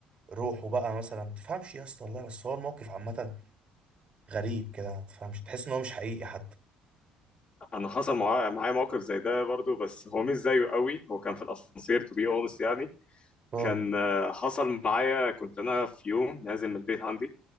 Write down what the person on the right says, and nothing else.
روحه بقى مثلا ما تفهمش يا اسطى والله بس هو الموقف عامه غريب كده ما تفهمش تحس ان هو مش حقيقي حتى
اه